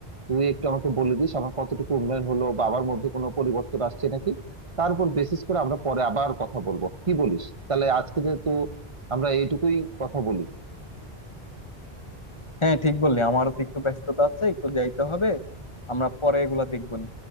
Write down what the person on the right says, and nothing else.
তুই একটু আমাকে বলে দিস আমার কতটুকু উন্নয়ন হলো বা আমার মধ্যে কোনো পরিবর্তন আসছে নাকি তার উপর বেসিস করে আমরা পরে আবার কথা বলবো কি বলিস তাহলে আজকে যেহেতু আমরা এইটুকুই কথা বলি